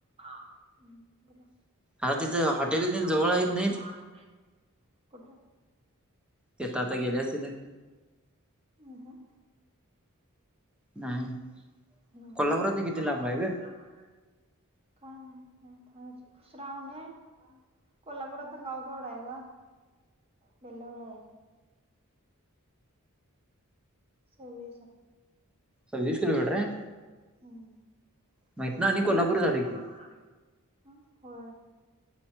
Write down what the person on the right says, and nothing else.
ह् बोला
अ
हॉटेल
जवळ आहेत
हम् हम
कोल्हापुरातन
किती लांब आहे ग? काय माहित? श्रावणे कोल्हापुरातून गाव केवढा आहे का बेलावळ सवीस
हम्म
ते
कस ते
म्हापू
<unintelligible>
ह होय